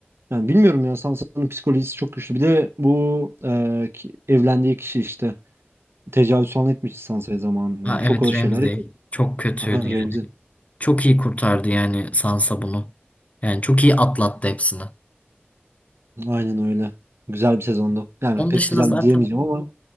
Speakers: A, on the right; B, on the left.
A: Yani bilmiyorum ya Sansa'nın psikolojisi çok güçlü. Bir de bu e, ki- evlendiği kişi işte tecavüz falan etmiş Sansa'ya zamanında.
B: Ha
A: Yani çok
B: evet
A: ağır şeyler
B: Ramsay
A: yaşadı.
B: çok kötüydü
A: Aha
B: yani.
A: Remzi.
B: Çok iyi kurtardı yani Sansa bunu. Yani çok iyi atlattı hepsini.
A: Aynen öyle. Güzel bir sezondu. Yani
B: Onun
A: pek
B: dışında
A: güzel
B: zaten
A: diyemeyeceğim ama